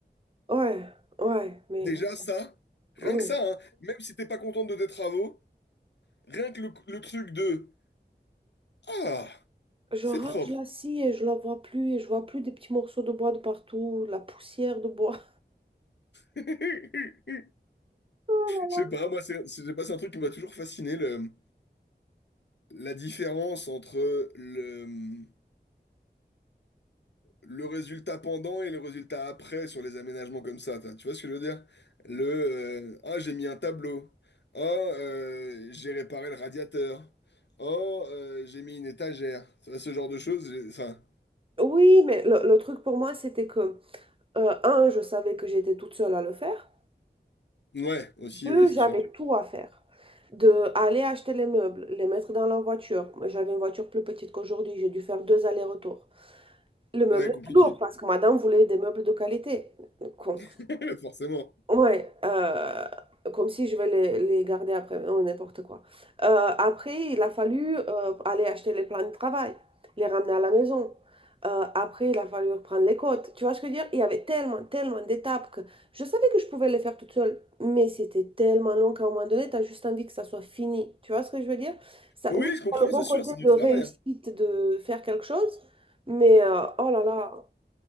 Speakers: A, on the right; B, on the left.
A: ouais, ouais, mais
B: déjà ça, rien
A: ouais.
B: que ça, hein, même si t'es pas contente de tes travaux, rien que le, le truc de Ah,
A: Je
B: c'est
A: range
B: propre.
A: la scie et je la vois plus et je vois plus des petits morceaux de bois de partout, la poussière de bois.
B: <laughs> Je
A: <laughs>
B: sais pas, moi, c'est, c'est- je sais pas, c'est un truc qui m'a toujours fasciné, le, la différence entre le, le résultat pendant et le résultat après sur les aménagements comme ça, t'as- tu vois ce que je veux dire? Le euh, ah j'ai mis un tableau, ah euh, j'ai réparé le radiateur, oh euh, j'ai mis une étagère, Ça, ce genre de choses, j'ai- enfin
A: Oui, mais le, le truc pour moi, c'était que, euh, un, je savais que j'étais toute seule à le faire.
B: ouais aussi
A: Deux,
B: oui c'est
A: j'avais
B: sûr,
A: tout à faire. De aller acheter les meubles, les mettre dans la voiture. Moi, J'avais une voiture plus petite qu'aujourd'hui, j'ai dû faire deux allers-retours. Le meuble
B: ouais
A: est
B: compliqué
A: lourd parce que madame voulait des meubles de qualité. Con.
B: <laughs> forcément.
A: Ouais, euh, comme si je vais les, les garder après, oh, n'importe quoi. Euh, après, il a fallu euh, aller acheter les plans de travail, les ramener à la maison. Euh, après, il a fallu reprendre les côtes. Tu vois ce que je veux dire? Il y avait tellement, tellement d'étapes que je savais que je pouvais les faire toute seule, mais c'était tellement long qu'à un moment donné, tu as juste envie que ça soit fini. Tu vois ce que je veux dire? Ça,
B: Oui
A: oui,
B: je comprends
A: t'as le bon
B: c'est sûr
A: côté
B: c'est du
A: de
B: travail,
A: réussite
B: hein.
A: de faire quelque chose, mais euh, oh là là.